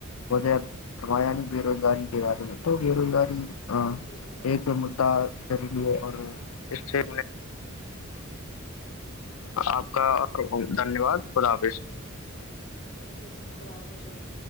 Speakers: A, on the left; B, on the left.
A: بغیر فرمایا نہیں بے روزگاری کے بارے میں تو بے روزگاری ہاں
B: جی جی جناب
A: ایک مددا کریں گے اور اس سے آپ کا اور دھنیہ واد خدا حافظ
B: جی جی خدا حافظنا